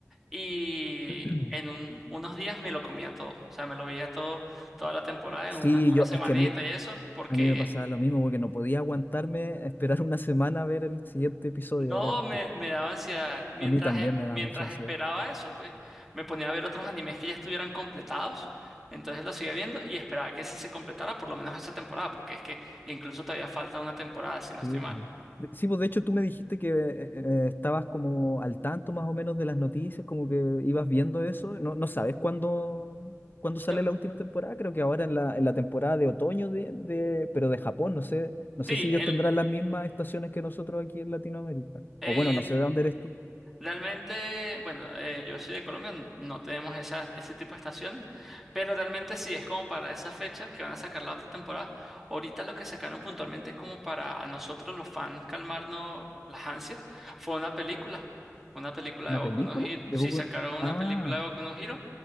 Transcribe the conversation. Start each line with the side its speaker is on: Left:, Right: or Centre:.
Centre: y
Left: <clears throat>
Centre: en un- unos días me lo comía todo. O sea, me lo veía todo, toda la temporada en
Left: Sí,
Centre: una, una
Left: yo,
Centre: semanita
Left: es que a mí,
Centre: y eso, porque
Left: a mí me pasaba lo mismo, porque no podía aguantarme <laughs> a esperar una semana a ver el siguiente episodio.
Centre: no
Left: Era, te-
Centre: me, me daba ansiedad. Mientras,
Left: a mí también
Centre: e-
Left: me da
Centre: mientras
Left: mucha ansiedad.
Centre: esperaba eso, pues me ponía a ver otros animes que ya estuvieran completados. Entonces lo seguía viendo y esperaba que ese se completara por lo menos esa temporada, porque es que incluso todavía falta una temporada, si no estoy
Left: Sí,
Centre: mal.
Left: pues. De- sí, pues de hecho tú me dijiste que eh, eh, estabas como al tanto más o menos de las noticias, como que ibas viendo eso. No, no sabes cuándo, cuándo sale
Centre: No,
Left: la última temporada, creo que ahora en la, en la temporada de otoño de, de- pero de Japón, no sé, no sé
Centre: sí,
Left: si ellos
Centre: en,
Left: tendrán las mismas estaciones que nosotros aquí en Latinoamérica.
Centre: eh,
Left: O bueno, no sé de dónde eres tú.
Centre: Realmente, bueno, eh, yo soy de Colombia, n- no tenemos esas, ese tipo de estaciones, pero realmente sí, es como para esa fecha que van a sacar la otra temporada. Ahorita lo que sacaron puntualmente como para a nosotros los fans calmarnos las ansias fue una película, una película
Left: ¿Una
Centre: de Boku
Left: película?
Centre: no Hero.
Left: De
Centre: Sí,
Left: Boku-
Centre: sacaron una
Left: Ah,
Centre: película de Boku no Hero